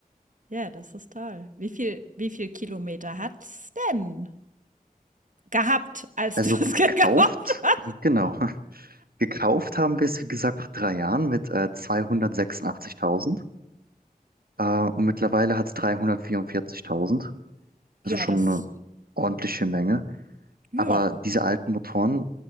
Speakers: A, on the right (about 55°); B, on the right (about 75°).
A: Ja, das ist toll. Wie viel, wie viel Kilometer hat's denn gehabt, als
B: Also
A: du es
B: gekauft,
A: <laughs> gekauft hast?
B: genau. <laughs> Gekauft haben wir es, wie gesagt, vor drei Jahren mit äh, 286.000 äh, und mittlerweile hat es 344.000. Also
A: Ja,
B: schon
A: das,
B: eine ordentliche Menge.
A: ja.
B: Aber diese alten Motoren,